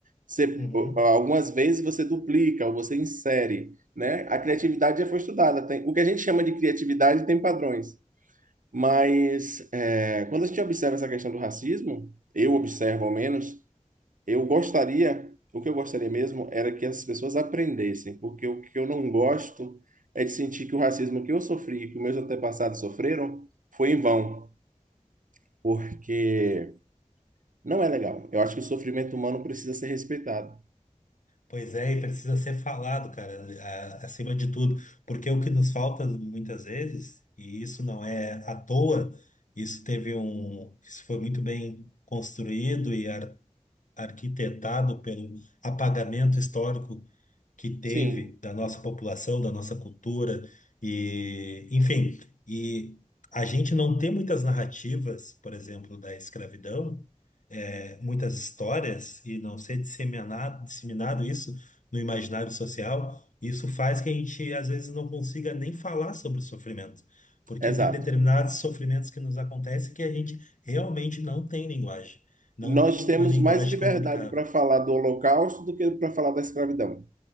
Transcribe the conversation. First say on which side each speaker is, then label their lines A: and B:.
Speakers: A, on the right; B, on the left.
A: Você,
B: Uhum.
A: algumas vezes você duplica ou você insere, né? A criatividade já foi estudada. Tem, o que a gente chama de criatividade tem padrões. Mas é, quando a gente observa essa questão do racismo, eu observo ao menos, eu gostaria, o que eu gostaria mesmo era que as pessoas aprendessem, porque o que eu não gosto é de sentir que o racismo que eu sofri, que meus antepassados sofreram, foi em vão, porque não é legal. Eu acho que o sofrimento humano precisa ser respeitado.
B: Pois é, e precisa ser falado, cara, a- acima de tudo, porque o que nos falta muitas vezes, e isso não é à toa, isso teve um, isso foi muito bem construído e ar- arquitetado pelo apagamento histórico que teve
A: Sim,
B: da nossa população, da nossa cultura e, enfim, e a gente não tem muitas narrativas, por exemplo, da escravidão, é, muitas histórias e não ser disseminado, disseminado isso no imaginário social, isso faz que a gente às vezes não consiga nem falar sobre o sofrimento, porque
A: exato.
B: tem determinados sofrimentos que nos acontecem que a gente realmente não tem linguagem, não
A: Nós
B: tem
A: temos
B: uma linguagem
A: mais liberdade
B: comunicável.
A: para falar do Holocausto do que para falar da escravidão.